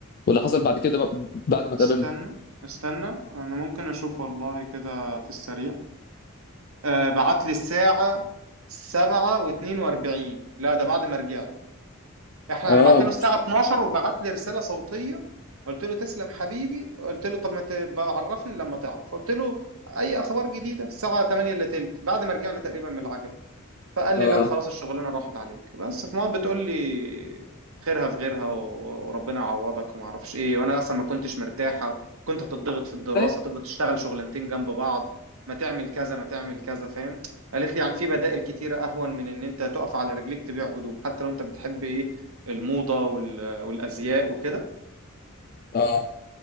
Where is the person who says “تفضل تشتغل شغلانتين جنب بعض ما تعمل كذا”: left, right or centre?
Right